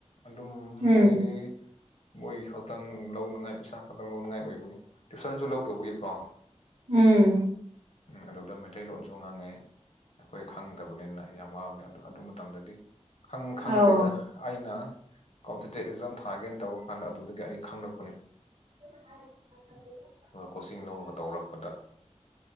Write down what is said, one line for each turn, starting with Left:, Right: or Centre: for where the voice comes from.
Left: ꯑꯗꯨꯝ ꯃꯣꯏꯗꯤ
Right: ꯎꯝ
Left: ꯃꯣꯏ ꯈꯛꯇꯪ ꯂꯧꯅꯉꯥꯏ ꯄꯩꯁꯥ ꯈꯛꯇꯪ ꯂꯧꯅꯉꯥꯏ ꯑꯣꯏꯕꯒꯤ ꯇꯨꯏꯁꯟꯁꯨ ꯂꯧꯗꯕꯒꯤꯀꯣ
Right: ꯎꯝ
Left: ꯎꯝ ꯑꯗꯨꯗ ꯃꯩꯇꯩꯂꯣꯟꯁꯨ ꯉꯥꯡꯉꯦ ꯑꯩꯈꯣꯏ ꯈꯪꯗꯕꯅꯤꯅ ꯌꯥꯝ ꯋꯥꯕꯅꯤ ꯑꯗꯨ ꯑꯗꯨ ꯃꯇꯝꯗꯗꯤ ꯈꯪ ꯈꯪꯗꯦꯗ
Right: ꯑꯧ
Left: ꯑꯩꯅ ꯀꯝꯇꯤꯇꯦ ꯏꯖꯝ ꯊꯥꯒꯦꯅ ꯇꯧꯔ ꯀꯥꯟꯗ ꯑꯗꯨꯗꯒꯤ ꯑꯩ ꯈꯪꯂꯛꯄꯅꯤ
Right: <inaudible>
Left: ꯑꯗꯨꯒ ꯀꯣꯆꯤꯡ ꯂꯧꯔꯒ ꯇꯧꯔꯛꯄꯗ